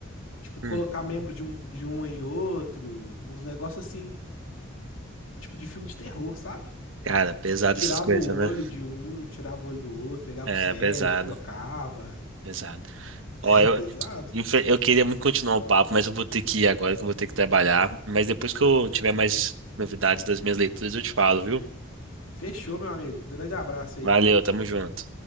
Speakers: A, on the left (about 75°); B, on the right (about 70°).
A: Tipo, colocar
B: Hum.
A: membro de um, de um em outro, uns negócios assim, tipo de filme de terror, sabe?
B: Cara, pesado
A: Tirava
B: essas coisas,
A: o olho
B: né?
A: de um, tirava o olho do outro, pegava
B: É,
A: o cérebro,
B: pesado,
A: trocava. <laughs>
B: pesado. Ó,
A: É
B: eu,
A: pesado.
B: infe- eu queria muito continuar o papo, mas eu vou ter que ir agora, que eu vou ter que trabalhar. Mas depois que eu tiver mais novidades das minhas leituras, eu te falo, viu?
A: Fechou, meu amigo. Grande abraço aí.
B: Valeu, tamo junto.